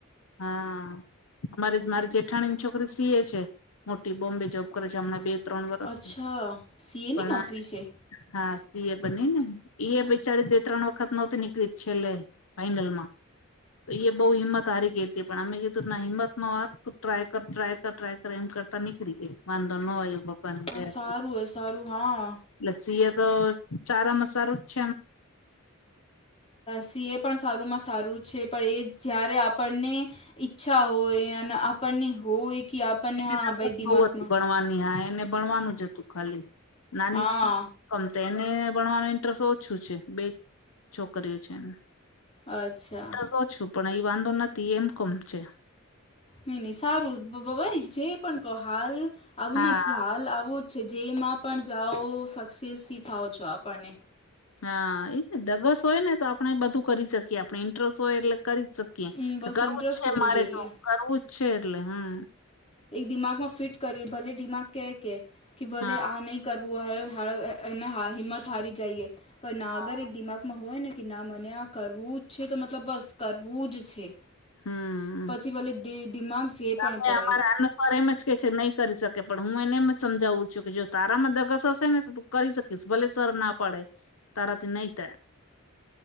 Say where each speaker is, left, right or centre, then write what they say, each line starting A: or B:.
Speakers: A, on the left; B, on the left.
A: હા અમારે તો મારી જે જઠ્ઠાણીની છોકરી સીએ છે મોટી બોમ્બે જોબ કરે છે હમણાં બે ત્રણ વરષ
B: અચ્છા સીએની
A: પણ
B: નોકરી
A: આ
B: છે
A: હા સી એ બની ને એ ઈ બેચારી બે ત્રણ વખત નહોતી નીકળી જ છેલ્લે ફાઈનલમાં તો એ બઉ હિંમત હારી કે પણ અમે કીધું હીમત નો હાર તું ટ્રાય કર ટ્રાય કર ટ્રાય કર એમ કરતા નીકળી વાન ધો ન આવ્યો ભગવાન
B: હા
A: દયા
B: સારું હ સારું હા
A: લસ્સી એ તો ચારા મા સાલુ જ
B: સી એ પણ સારુંમાં સારું છે પણ ઈ જયારે આપણને ઈચ્છા હોય અને આપણને હોય કે આપણને
A: એની
B: હા
A: તકત
B: ભાઈ દિમાગમાં
A: બહુ હતી ભણવાની હા એને ભણવાનું જ હતું ખાલી નાની
B: હા
A: ગમ તો એને ભણવાનો ઇન્ટરેસ્ટ ઓછું છે બે છોકરીઓ છે એને
B: અચ્છા
A: તો છું પણ અહીં વાંધો નથી ઈ એમ કોમ છે
B: નઈ નહી સારું જે પણ કહ હાલ આવું
A: હા
B: નથી હાલ આવું છે જેમાં પણ જાઓ સક્સેસથી થાવ છો આપણને
A: હા એ ને દગસ હોય ને તો આપણે બધું કરી શકીએ આપણે ઇન્ટરસ હોય એટલે કરીકીએ
B: હમ, બસ
A: કરવું
B: ઇન્ટરેસ્ટ
A: જ છે
B: હોવું
A: મારે
B: જોઈએ
A: તો કરવું જ છે એટલે હમ
B: એક દિમાગમાં ફિટ કરી ભલે દિમાગ કે કે કે ભલે
A: હા
B: આ નહી કરવું હિંમત હારી જઈએ પણ ના
A: હા
B: આગર એક દિમાગમાં હોય ને કે ના મને આ કરવું જ છે તો મતલબ બસ કરવું જ છે
A: હમ
B: વલે દિમાગ જે
A: તમે
B: પણ કહે
A: અમારા પર એમ જ કે છે નહી કરી શકે પણ હું એને એમ જ સમજાવું છું કે જો તારામાં દગસ હશે ને તો કરી શકીશ ભલે સર ના પડે તારા તે નહી થાય